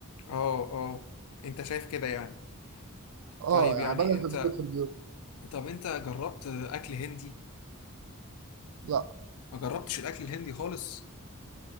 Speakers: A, on the left (about 80°); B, on the right (about 75°).
A: اه اه انت شايف كده يعني
B: اه
A: طيب
B: يعني
A: يعني
B: بدأت
A: انت
B: تظبط في البيوت
A: طب انت جربت اكل هندي
B: لا
A: ما جربتش الاكل الهندي خالص